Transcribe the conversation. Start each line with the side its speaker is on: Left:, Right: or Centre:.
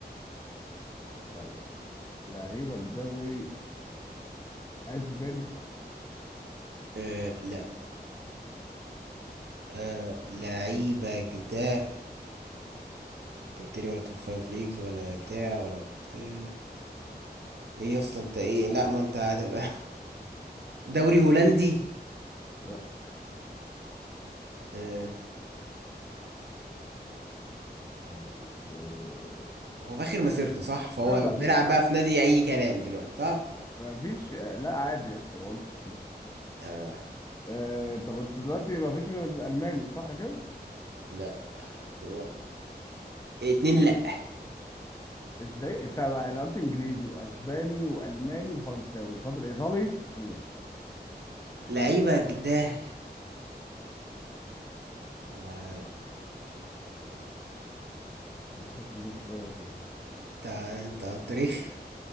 Left: <coughs> طيب لعيبك دوري اسباني؟
Right: آه لا آه لعيبك ده انت قلت لي ولا توب فايف ليجز ولا بتاع ولا بتاع ايه اصلا انت ايه لا ما انت هتبقى <laughs> دوري هولندي
Left: لا
Right: آه
Left: طيب آه،
Right: هو في اخر مسيرته صح فهو
Left: لا ما
Right: بيلعب
Left: فيش حد
Right: بقى في نادي اي كلام دلوقتي صح
Left: ما فيش لا عادي يا اسطى ما قلتش كده
Right: آه
Left: آه، طب انت دلوقتي ما فيش غير الالماني صح كده؟
Right: لا غلط اتنين
Left: ايه
Right: لا
Left: ده؟ ازاي؟ انت انا قلت انجليزي واسباني والماني وفرنساوي فاضل ايطالي؟ ماشي
Right: لعيبك ده طب ما
Left: انا عايزك تدوخ شويه كده
Right: انت انت على التاريخ